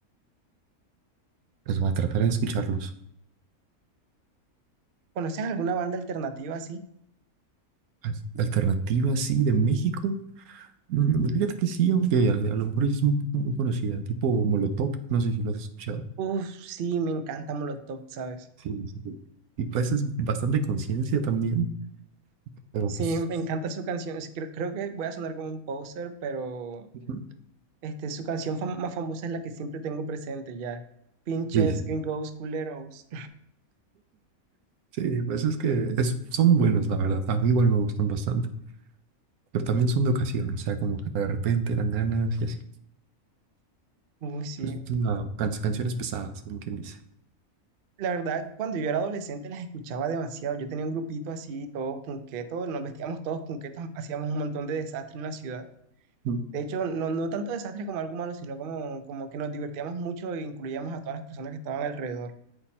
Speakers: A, on the right (about 85°); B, on the right (about 55°).
A: pues va a tratar de escucharlos.
B: ¿Conoces alguna banda alternativa así?
A: Al- Alternativa, sí, de México. Mm, Fíjate que sí, aunque a, a lo mejor es un poco muy conocida, tipo Molotov, no sé si lo has escuchado.
B: Uf, sí, me encanta Molotov, ¿sabes?
A: Sí, sí, sí. Y pues es bastante conciencia también, pero
B: Sí,
A: pues...
B: me encanta su canción, es- creo, creo que voy a sonar como un poser, pero
A: ujú,
B: este, su canción fam- más famosa es la que siempre tengo presente ya, Pinches
A: Sí, sí.
B: Gringos Culeros.
A: Sí, pues es que es, son buenos, la verdad. A mí igual me gustan bastante, pero también son de ocasión, o sea, como que de repente dan ganas y así.
B: Uy, sí.
A: Es una can- canciones pesadas, como quien dice.
B: La verdad, cuando yo era adolescente las escuchaba demasiado. Yo tenía un grupito así, todo punqueto, nos vestíamos todos punquetos, hacíamos un montón de desastres en la ciudad.
A: Mm.
B: De hecho, no, no tanto desastres como algo malo, sino como, como que nos divertíamos mucho e incluíamos a todas las personas que estaban alrededor.